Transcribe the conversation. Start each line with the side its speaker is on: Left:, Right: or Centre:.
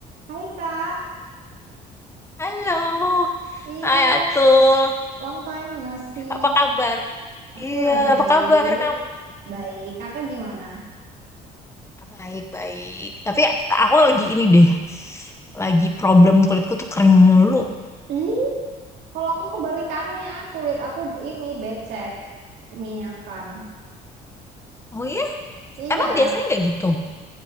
Right: Hai Kak,
Left: Halo,
Right: ih,
Left: Hai Atul,
Right: long time no see.
Left: apa kabar?
Right: Aku
Left: Iya,
Right: lagi
Left: apa
Right: baik,
Left: kabar kamu?
Right: baik. Kakak gimana?
Left: Baik-baik, tapi aku lagi ini deh, lagi problem kulitku tuh kering mulu.
Right: Ih, kalau aku kebalikannya, kulit aku ini becek, minyakan.
Left: Oh iya?
Right: Iya,
Left: Emang biasanya nggak gitu?